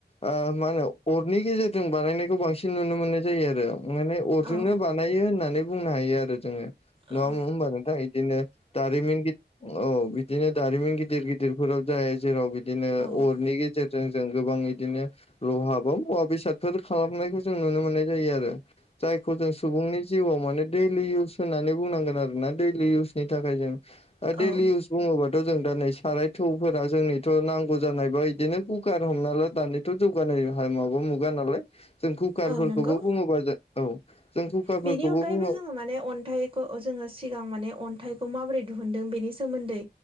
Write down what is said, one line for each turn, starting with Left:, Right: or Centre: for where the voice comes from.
Left: ओ मा होनो अरनि गेजेरजों बानायनायखौ बांसिन नुनो मोननाय जायो आरो माने अर
Right: औ
Left: जोंनो बानायो होननानै बुंनो हायो आरो जोङो नङा
Right: औ
Left: होमबा नोंथां इदिनो दारिमिन गिदिर औ बिदिनो दारिमिन गिदिर गिदिरफोराव जायो जेराव बिदिनो
Right: औ औ
Left: अरनि गेजेरजों जों गोबां इदिनो लहा बा मुवा बेसादफोर खालामनायखौ जों नुनो मोननाय जायो आरो जायखौ जों सुबुंनि जिउआव माने दैलि इउस होननानै बुंनांगोन आरो ना दैलि इउसनि थाखाय जों ओ देलि
Right: औ
Left: इउस बुङोबाथ जों दा नै साराय थौफोरा जोंनिथ नांगौ जानायबा बिदिनो कुकार हमना ला दानि थ जौगानाय माबा मुगा नालाय जों कुकारफोरखौबो
Right: औ नंगौ
Left: बुङोबा जों औ जों कुकारफोरखौबो
Right: बेनि अनगायैबो
Left: बुङो
Right: जों माने अन्थाइखौ जोङो सिगां माने अन्थाइखौ माबोरै दिहुनदों बेनि सोमोन्दै